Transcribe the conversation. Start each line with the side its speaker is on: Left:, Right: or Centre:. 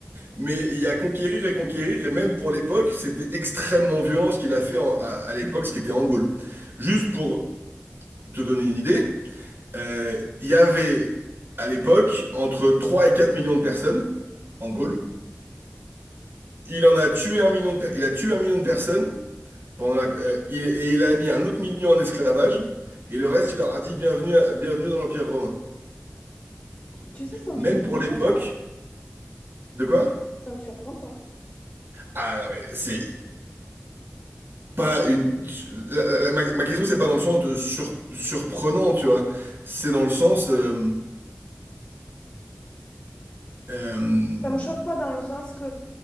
Right: mais il y a conquérir et conquérir, et même pour l'époque, c'était extrêmement violent ce qu'il a fait en- à, à l'époque, ce qui était en Gaule. Juste pour te donner une idée, euh, il y avait à l'époque entre 3 et 4 millions de personnes en Gaule. Il en a tué un million de per- il a tué un million de personnes Pendant la- euh, il, et il a mis un autre million en esclavage, et le reste, il leur a dit bienvenue, à- bienvenue dans l'Empire romain.
Left: tu sais, ça
Right: Même
Left: me surprend
Right: pour
Left: toujours
Right: l'époque,
Left: pas.
Right: de quoi?
Left: Ça me surprend pas.
Right: Ah non, mais c'est pas une. la- la- la- ma, ma question, c'est pas dans le sens de sur- surprenant, tu vois. C'est dans le sens. euh, euh,
Left: Ça me choque pas dans le sens que